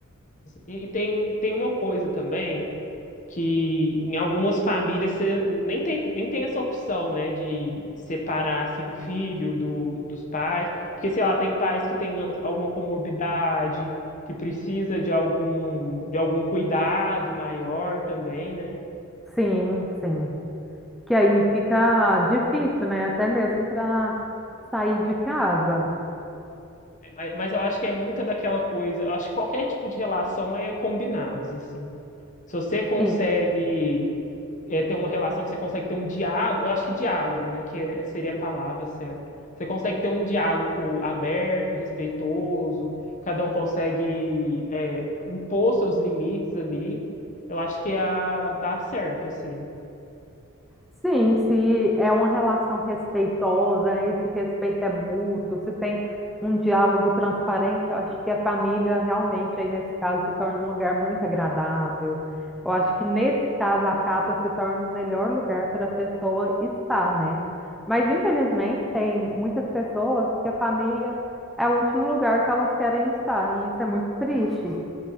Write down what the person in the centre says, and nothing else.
Sim, sim. Que aí fica difícil, né? Até mesmo para sair de casa.
Sim.
Sim, se é uma relação respeitosa, né? Esse respeito é mútuo, se tem um diálogo transparente, eu acho que a família realmente aí nesse caso se torna um lugar muito agradável. Eu acho que nesse caso a casa se torna o melhor lugar para a pessoa estar, né? Mas infelizmente tem muitas pessoas que a família é o último lugar que elas querem estar, e isso é muito triste.